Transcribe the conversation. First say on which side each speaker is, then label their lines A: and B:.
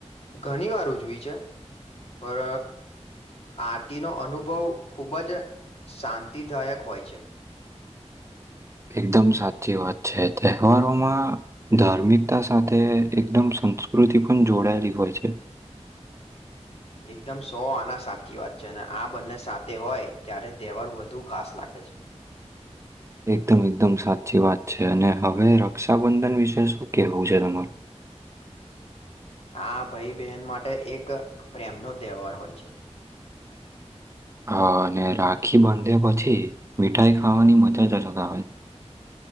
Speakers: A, on the left (about 60°); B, on the right (about 25°).
A: ઘણી વાર ઉજવી છે, પર આરતીનો અનુભવ ખૂબ જ શાંતિદાયક હોય છે,
B: <inaudible> એકદમ સાચી વાત છે, તહેવારોમાં ધાર્મિકતા સાથે એકદમ સંસ્કૃતિ પણ જોડાયેલી હોય છે.
A: એકદમ સો આના સાચી વાત છે, અને આ બંને સાથે હોય ત્યારે તહેવાર વધુ ખાસ લાગે છે.
B: એકદમ એકદમ સાચી વાત છે, અને હવે રક્ષાબંધન વિશે શું કેહેવું છે તમારું?
A: આ ભાઈ બહેન માટે એક પ્રેમનો તહેવાર હોય છે.
B: હા, અને રાખી બાંધે પછી મીઠાઈ ખાવાની મજા જ અલગ આવે. <inaudible>